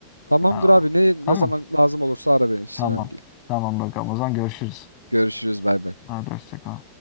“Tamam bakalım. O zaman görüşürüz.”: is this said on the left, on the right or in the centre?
Left